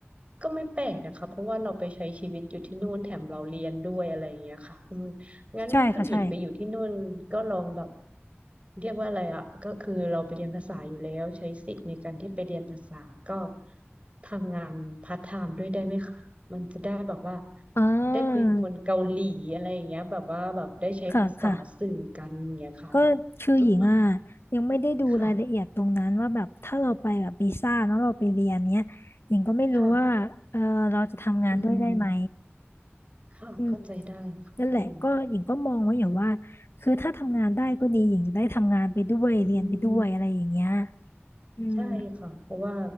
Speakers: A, on the right; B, on the left.
A: ก็ไม่แปลกนะคะเพราะว่าเราไปใช้ชีวิตอยู่ที่นู่นแถมเราเรียนด้วยอะไรอย่างเงี้ยค่ะอืมงั้นคุณหญิงไปอยู่ที่นู่นก็ลองแบบ
B: ใช่ค่ะใช่
A: เรียกว่าอะไรอ่ะก็คือเราไปเรียนภาษาอยู่แล้วใช้สิทธิ์ในการที่ไปเรียนภาษาก็ทำงานพาร์ทไทม์ด้วยได้ไหมคะมันจะได้แบบว่า
B: อ่า
A: ได้คุยกับคนเกาหลีอะไรอย่างเงี้ยแบบว่าแบบได้ใช้ภาษาสื่อกันอย่างเงี้ยค่ะแบบอืม
B: ค่ะค่ะ ก็คือหญิงอ่ะยังไม่ได้ดูรายละเอียดตรงนั้นว่าแบบถ้าเราไปแบบวีซ่าเนาะเราไปเรียนเนี้ยหญิงก็ไม่รู้ว่าเออเราจะทำงานด้วยได้ไหม
A: ค่ะค่ะอืม ค่ะเข้าใจได้ค่ะอืม
B: อืมนั่นแหละก็หญิงก็มองไว้อยู่ว่า
A: ค่ะ
B: คือถ้าทำงานได้ก็ดีหญิงจะได้ทำงานไปด้วยเรียนไปด้วยอะไรอย่างเงี้ย
A: อืม
B: อืม
A: ใช่ค่ะเพราะว่า